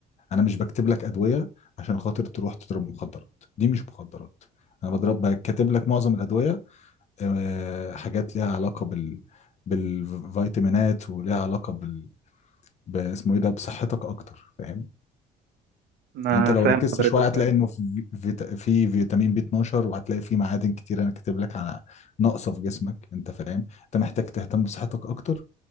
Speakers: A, on the left (about 40°); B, on the right (about 65°).
A: انا مش بكتب لك ادويه عشان خاطر تروح تضرب مخدرات دي مش مخدرات انا بضرب بكتب لك معظم الادويه آه، حاجات ليها علاقه بال بالفيتامينات وليها علاقه بال باسمه ايه ده بصحتك اكتر فاهم
B: ما
A: انت لو
B: فاهم
A: ركزت
B: حضرتك
A: شويه هتلاقي
B: فاهم
A: انه في فيتا- في فيتامين بي 12 وهتلاقي في معادن كتير انا كاتب لك على ناقصه في جسمك انت فاهم انت محتاج تهتم بصحتك اكتر